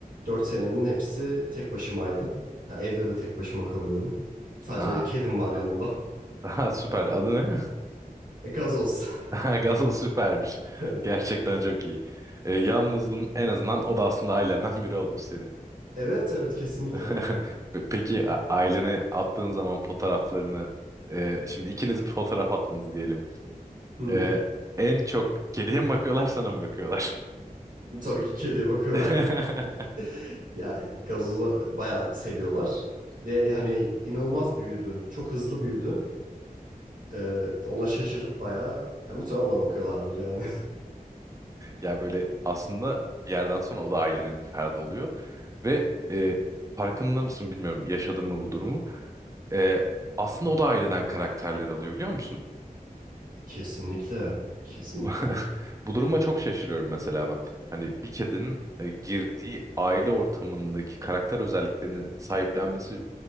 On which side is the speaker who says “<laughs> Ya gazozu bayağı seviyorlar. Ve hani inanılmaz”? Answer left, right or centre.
Right